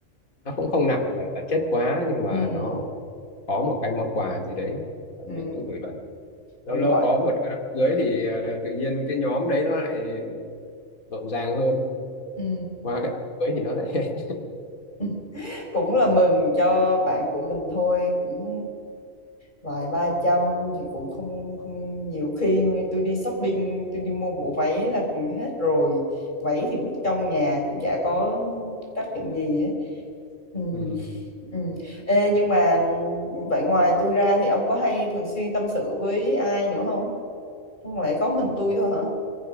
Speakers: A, on the left; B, on the left.
A: nó cũng không nặng về vật chất quá nhưng mà
B: ừ
A: nó có một cái món quà gì đấy ờ,
B: ừ
A: mình cũng gửi bạn lâu
B: cũng
A: lâu
B: gọi
A: có một cái đám cưới thì ờ, tự nhiên cái nhóm đấy nó lại rộn ràng hơn
B: ừ
A: qua cái đám cưới thì nó lại
B: <laughs> cũng là mừng cho bạn của mình thôi cũng vài ba trăm thì cũng không không nhiều khi tôi đi shopping tôi đi mua bộ váy là hết rồi váy thì vứt trong nhà cũng chả có tác dụng gì ấy ừ,
A: <laughs>
B: ừ. Ê, nhưng mà vậy ngoài tôi ra thì ông có hay thường xuyên tâm sự với ai nữa không Không lẽ có mình
A: ừ.
B: tôi thôi hả?